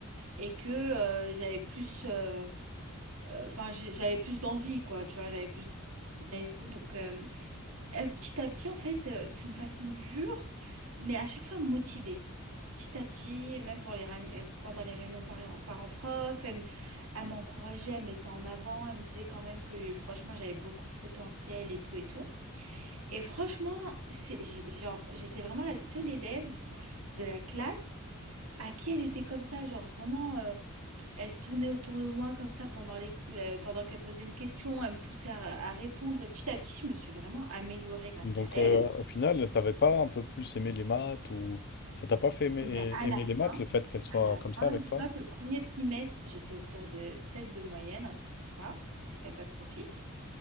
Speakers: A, on the right; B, on the left.
A: Et que euh, j'avais plus, euh, euh, enfin, j'avais plus d'envie, quoi, tu vois, j'avais plus d'envie et tout. Donc, euh, euh, petit à petit, en fait, euh, d'une façon dure, mais à chaque fois motivée. Petit à petit, et même pour les réuni- euh, pendant les réunions parents- parents-prof, elle, m- elle m'encourageait, elle me mettait en avant, elle me disait quand même que franchement j'avais beaucoup de potentiel et tout et tout. Et franchement, c'est, j'ai- genre, j'étais vraiment la seule élève de la classe à qui elle était comme ça. Genre, vraiment, euh, elle se tournait autour de moi comme ça pendant les, euh, pendant qu'elle posait une question. Elle me poussait à, à répondre. Et petit à petit, je me suis vraiment améliorée grâce
B: Donc,
A: à elle.
B: euh, au final, t'avais pas un peu plus aimé les maths ou ça t'a pas fait aimer,
A: Ben, à
B: aimer
A: la fin,
B: les maths, le fait qu'elle soit
A: à la
B: comme
A: fin,
B: ça avec
A: dis-toi
B: toi?
A: que premier trimestre, j'étais autour de 7 de moyenne, un truc comme ça. J'étais catastrophique.